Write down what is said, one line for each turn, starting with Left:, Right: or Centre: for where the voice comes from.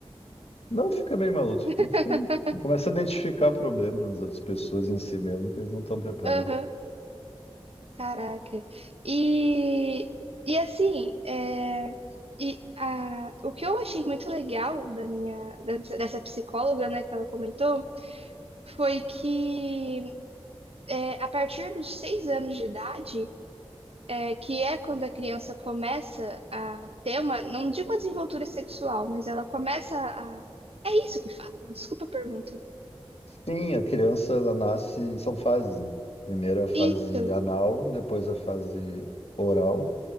Left: Não fica meio maluco,
Right: <laughs>
Left: fica... fica- começa a identificar problemas nas outras pessoas em si mesmo que eles não estão preparados.
Right: Aham, caraca. E, e assim, é, e, a, o que eu achei muito legal da minha, dessa dessa psicóloga, né, que ela comentou, foi que é, a partir dos seis anos de idade, é, que é quando a criança começa a ter uma, não digo uma desenvoltura sexual, mas ela começa a. É isso que fala? Desculpa a pergunta.
Left: Sim, a criança ela nasce, são fases, né? Primeiro a fase
Right: Isso.
Left: anal, depois a fase oral